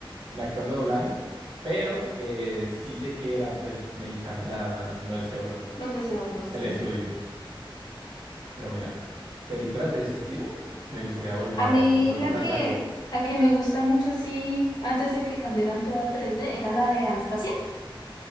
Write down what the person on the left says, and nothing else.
donde se dobló, sí.
A
mí
la que,
la que me gusta mucho, sí, antes de que cambiaran todo al 3D, era la de Anastasia,